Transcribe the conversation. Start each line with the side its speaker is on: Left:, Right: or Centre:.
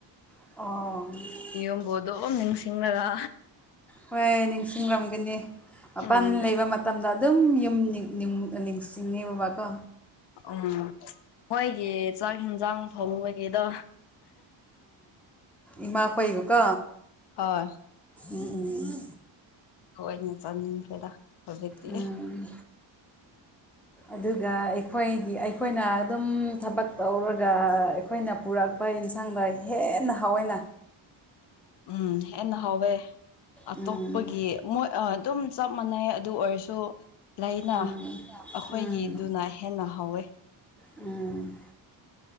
Centre: ꯑ
Left: ꯅꯤꯌꯣꯝꯕꯨ ꯑꯗꯨꯝ ꯅꯤꯡꯁꯤꯡꯂꯒ
Centre: ꯍꯣꯏ ꯅꯤꯡꯁꯤꯡꯂꯝꯒꯅꯤ ꯃꯄꯥꯟ
Left: ꯎꯝ
Centre: ꯂꯩꯕ ꯃꯠ ꯇꯝꯗ ꯑꯗꯨꯝ ꯌꯨꯝ ꯅꯤꯡ ꯌꯨꯝ ꯅꯤꯡꯁꯤꯡꯉꯦ ꯕꯥꯀꯣ
Left: ꯎꯝ ꯃꯣꯏꯒꯤ ꯆꯥꯛ ꯍꯦꯟꯖꯥꯡ ꯊꯣꯡꯕꯒꯤꯗꯣ
Centre: ꯏꯃꯥꯈꯣꯏꯒ ꯀꯣ
Left: ꯍꯣꯏ ꯑꯗꯨ
Centre: ꯎꯝ
Left: ꯂꯣꯏꯅ ꯆꯥꯅꯤꯡꯈꯔ꯭ꯦꯗ ꯍꯧꯖꯤꯛꯇꯤ
Centre: ꯎꯝ ꯑꯗꯨꯒ ꯑꯩꯈꯣꯏꯒꯤ ꯑꯩꯈꯣꯏꯅ ꯑꯗꯨꯝ ꯊꯕꯛ ꯇꯧꯔꯒ ꯑꯩꯈꯣꯏꯅ ꯄꯨꯔꯛ ꯕ ꯏꯟꯁꯥꯡꯗ ꯍꯦꯟꯅ ꯍꯥꯎꯋꯦꯅ
Left: ꯎꯝ ꯍꯦꯟꯅ ꯍꯥꯎꯋꯦ ꯑꯇꯣꯞꯄꯒꯤ
Centre: ꯎꯝ
Left: ꯃꯣꯏ ꯑꯗꯨꯝ ꯆꯞ ꯃꯥꯟꯅꯩ ꯑꯗꯨ ꯑꯣꯏꯔꯁꯨ ꯂꯩꯅ
Centre: ꯎꯝ
Left: ꯑꯈꯣꯏꯒꯤꯗꯨꯅ
Centre: ꯎꯝ
Left: ꯍꯦꯟꯅ ꯍꯥꯎꯋꯦ
Centre: ꯎꯝ